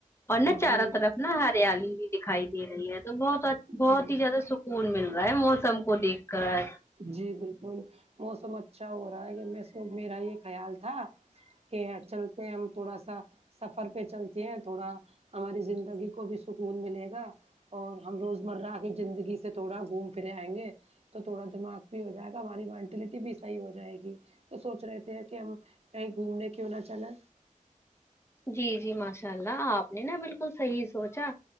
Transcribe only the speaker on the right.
جی
جی
جی بالکل موسم اچھا ہو رہا ہے میں میرا یہ خیال تھا کہ چلتے ہیں ہم تھوڑا سا سفر پہ چلتی ہیں تھوڑا ہماری زندگی کو بھی سکون ملے گا اور ہم روزمرہ کی زندگی سے تھوڑا گھوم پھرے آئیں گے تو تھوڑا دماغ بھی ہو جائے گا ہماری مینٹیلٹی بھی صحیح ہو جائے گی تو سوچ رہے تھے کہ ہم کہیں گھومنے کیوں نہ چلا